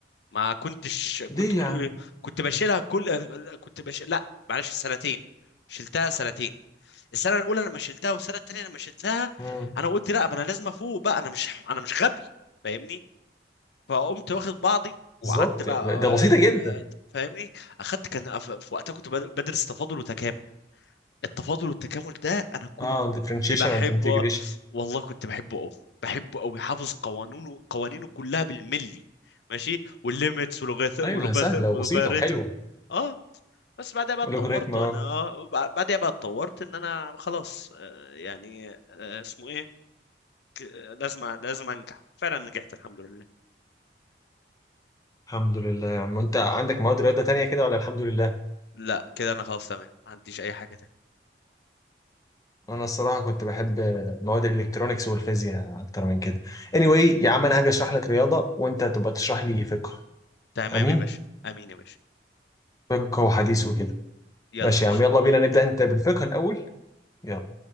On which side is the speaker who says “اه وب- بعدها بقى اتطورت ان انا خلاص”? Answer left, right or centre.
Left